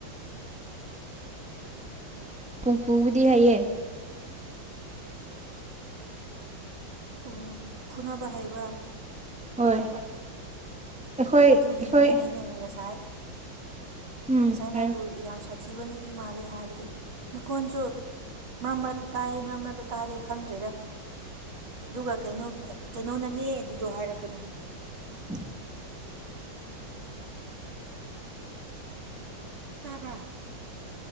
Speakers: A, in the centre; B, on the right.
A: ꯍꯨꯝꯐꯨꯕꯨꯗꯤ ꯍꯥꯏꯌꯦꯦ
B: ꯑꯣ ꯐꯨꯅꯕ ꯍꯩꯕ꯭ꯔꯥ
A: ꯍꯣꯏ ꯑꯩꯈꯣꯏ ꯑꯩꯈꯣꯏ
B: ꯑꯗꯨꯒꯤꯅꯤꯅꯦ ꯑꯩꯅ ꯉꯁꯥꯏ
A: ꯎꯝ
B: ꯉꯁꯥꯏ ꯅꯪꯕꯨ
A: ꯍꯥꯏꯔꯣ
B: ꯌꯥꯝ ꯁꯥꯊꯤꯕ ꯅꯨꯄꯤ ꯃꯥꯜꯂꯦ ꯍꯥꯏꯕꯗꯣ ꯅꯈꯣꯟꯁꯨ ꯃꯔꯛ ꯃꯔꯛꯇ ꯇꯥꯏꯑ ꯃꯔꯛ ꯃꯔꯛꯇ ꯇꯥꯗꯦ ꯈꯪꯗ꯭ꯔꯦꯗ ꯑꯗꯨꯒ ꯀꯩꯅꯣꯅꯅꯦ ꯑꯗꯨꯗꯣ ꯍꯥꯏꯔꯛꯀꯅꯨ
A: <inaudible>
B: ꯇꯥꯕ꯭ꯔ